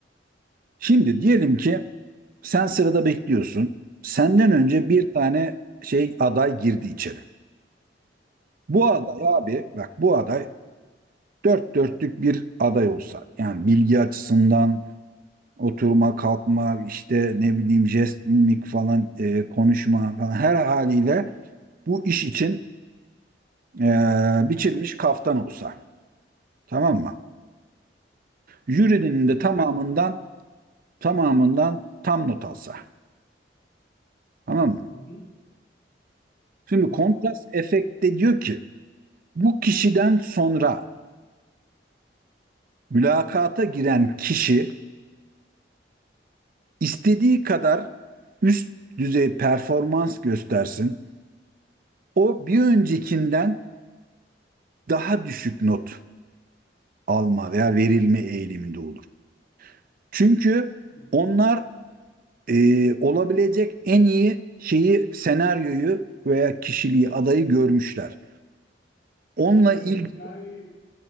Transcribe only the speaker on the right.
Şimdi diyelim ki sen sırada bekliyorsun. Senden önce
bir tane şey aday girdi içeri. Bu
aday
abi bak bu aday dört dörtlük bir aday olsa yani bilgi açısından Oturma, kalkma, işte ne bileyim jest, mimik falan, e, konuşma falan her haliyle bu iş için e,
biçilmiş
kaftan olsa. Tamam mı? Jürinin
de tamamından
tamamından tam not alsa. Tamam mı?
Şimdi
kontrast efekte diyor ki bu kişiden sonra mülakata giren kişi istediği kadar üst düzey performans göstersin. O bir öncekinden daha düşük not alma veya verilme eğiliminde olur. Çünkü
onlar e, olabilecek en iyi şeyi, senaryoyu veya kişiliği, adayı görmüşler. Onunla
ilgili